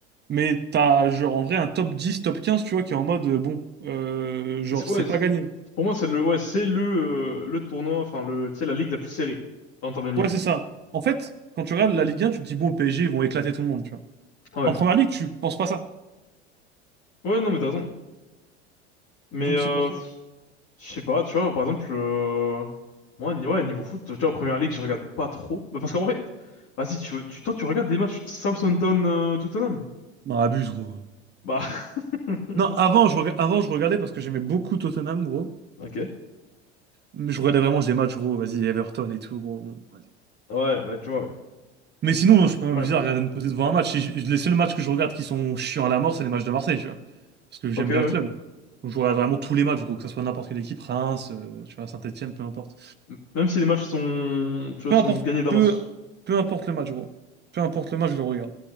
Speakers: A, on the right; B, on the left.
A: Mais t'as genre en vrai un top 10, top 15, tu vois, qui est en mode euh, bon, euh, genre
B: C'est- ouais,
A: c'est pas
B: c'est-
A: gagné.
B: pour moi, c'est le... Ouais, c'est le, euh, le tournoi, enfin, le... tu sais, la ligue la plus serrée en termes de niveau.
A: Ouais, c'est ça. En fait, quand tu regardes la Ligue 1, tu te dis bon, le PSG, ils vont éclater tout le monde, tu vois.
B: Ouais.
A: En première ligue, tu penses pas ça.
B: Ouais, non, mais t'as raison. Mais
A: Donc
B: euh,
A: c'est pour ça.
B: je sais pas, tu vois, par exemple, euh, moi, ni- ouais, niveau foot, tu vois, Première Ligue, je regarde pas trop. Bah, parce qu'en vrai, vas-y, tu, veux- tu, toi, tu regardes des matchs Southampton-Tottenham?
A: Non, abuse, gros.
B: bah, <laughs>
A: Non, avant, je, rega- avant, je regardais parce que j'aimais beaucoup Tottenham, gros.
B: ok.
A: Mais je regardais vraiment des matchs, gros, vas-y, Everton et tout, gros. bon, vas-y.
B: Ouais, bah, tu vois, ouais.
A: Mais sinon, non, je
B: C'est
A: peux
B: le
A: m'amuser
B: problème.
A: à regarder me poser devant un match. Si je- Les seuls matchs que je regarde qui sont chiants à la mort, c'est les matchs de Marseille, tu vois. Parce que j'aime
B: Ok, ouais.
A: bien le club. Donc, je regarde vraiment tous les matchs, gros, que ce soit n'importe quelle équipe, Reims, euh, tu vois, Saint-Étienne, peu importe.
B: M- Même si les matchs sont, tu vois,
A: Peu
B: sont
A: importe,
B: gagnés d'avance.
A: peu, peu importe le match, gros. Peu importe le match, je le regarde.